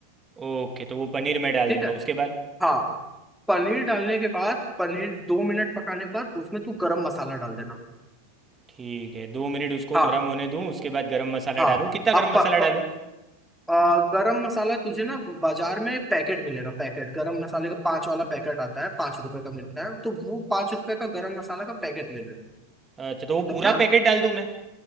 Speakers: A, on the right; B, in the centre.
A: ओके तो वो पनीर मैं डाल
B: ठीक
A: दूंगा
B: है
A: उसके बाद
B: हाँ पनीर डालने के बाद पनीर दो मिनट पकाने के बाद उसमें तू गरम मसाला डाल देना
A: ठीक है दो मिनट उसको
B: हाँ
A: गर्म होने दूँ उसके बाद गरम मसाला
B: हाँ
A: डालूँ कितना
B: अब
A: गरम मसाला
B: प, प,
A: डालूँ
B: आ, गरम मसाला तुझे ना बाजार में पैकेट मिलेगा पैकेट गरम मसाले का पांच वाला पैकेट आता है पांच रुपए का मिलता है तो वो पांच रुपए का गरम मसाला का पैकेट ले लेना
A: अच्छा तो वो
B: समझा
A: पूरा पैकेट डाल दूँ मैं